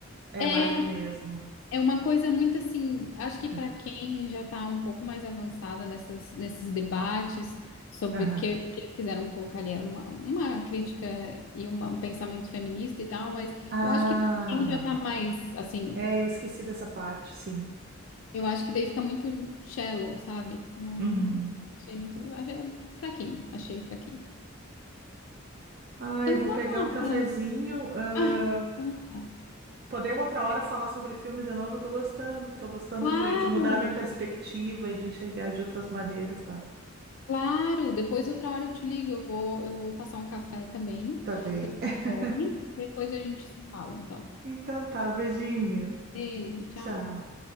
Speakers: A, on the right; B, on the left.
A: É
B: É,
A: mais do mesmo.
B: é uma coisa muito assim, acho que para
A: Ah,
B: quem já está um pouco mais avançada nessas, nesses debates sobre
A: Aham.
B: porque o que eles quiseram colocar ali era uma, uma crítica e uma- um pensamento feminista e tal, mas
A: Ah,
B: eu acho que para quem já está mais assim,
A: é, eu esqueci dessa parte, sim.
B: eu acho que daí fica muito shallow, sabe? Não
A: Uhum.
B: achei muito, achei fraquinho, achei fraquinho.
A: Ah,
B: Então,
A: eu vou
B: tá,
A: pegar
B: Marta.
A: um cafezinho. ah,
B: <laughs> Ah, tá.
A: Poder outra hora falar sobre filme de novo, eu tô gostando. Tô gostando
B: claro.
A: de, de mudar minha perspectiva e de enxergar de outras maneiras, Bárbara.
B: Claro, depois outra hora eu te ligo, eu vou, eu vou passar um café também,
A: Tá bem.
B: que eu tenho
A: <laughs>
B: fome, e depois a gente se fala, então.
A: Então tá, beijinho.
B: Beijo, tchau.
A: Tchau.